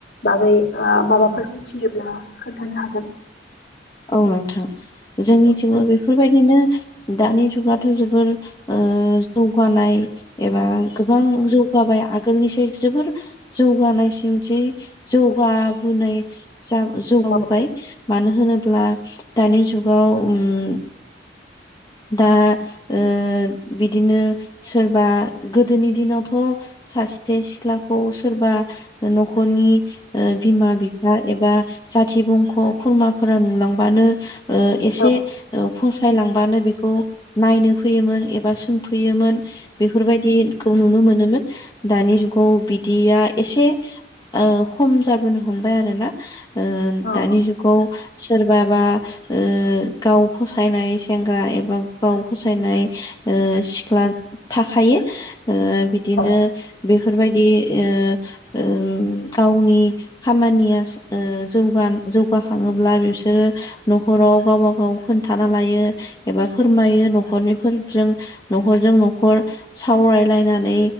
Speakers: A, on the left; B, on the left.
A: बागै ओ माबाफोर मिथियोब्ला खोन्थानो हागोन
B: औ नोंथां जोंनिथिङाव
A: औ
B: बेफोरबायदिनो दानि जुगाथ' जोबोर ओ जौगानाय एबा गोबां जौगाबाय आगोलनि साय जोबोर जौगानाय सिंथि जौगाबोनाय जा जौगाबोबाय
A: औ
B: मानो होनोब्ला दानि जुगाव उम दा ओ बिदिनो सोरबा गोदोनि दिनावथ' थ सासे सिख्लाखौ सोरबा न'खरनि ओ बिमा बिफा एबा जाथि बुंख' खुरमा फोरा नुलांबानो ओ एसे
A: औ
B: ओ फसायलांबानो बेखौ नायनो फैयोमोन एबा सोंफैयोमोन बेफोरबायदिखौ नुनो मो नोमोन दानि जुगा बिदिया एसे ओ खम जाबोनो हमबाय आरो ना ओ
A: औ
B: दानि जुगाव सोरबाबा ओ गाव फसायनाय सेंग्रा एबा गाव फसायनाय ओ सिख्ला थाखायो ओ बिदिनो
A: औ
B: बेफोरबायदि ओ उम गावनि खामानिया ओ जौगा <unintelligible> <unintelligible> बिसोरो न'खराव गावबा गाव खोन्थाना लायो एबा फोरमायो न'खरनि फोर जों न'खरजों न'खर सावरायलायनानै